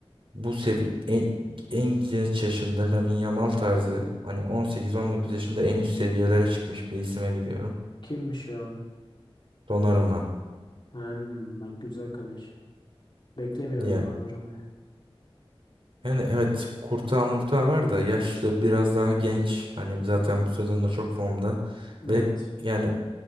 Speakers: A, on the right; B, on the left.
A: bu sevi en, en genç yaşında Lamine Yamal tarzı hani 18-19 yaşında en üst seviyelere çıkmış bir isime gidiyorum.
B: Kimmiş ya?
A: Donnarumma.
B: Hem bak güzel kaleci. Beklemiyordum
A: Ya.
B: ben orayı.
A: Yani evet Kurtağı Murtağı var da yaşlı biraz daha genç. Hani zaten bu sezonda çok formda.
B: Evet.
A: Ve yani